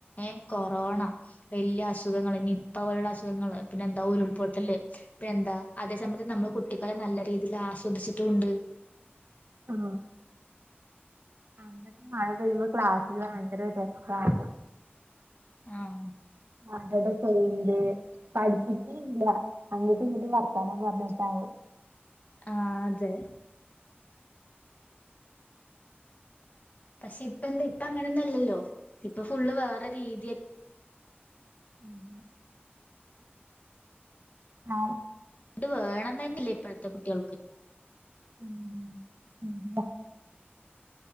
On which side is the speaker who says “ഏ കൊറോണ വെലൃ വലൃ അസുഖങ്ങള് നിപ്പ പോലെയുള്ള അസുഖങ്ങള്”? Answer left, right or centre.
Left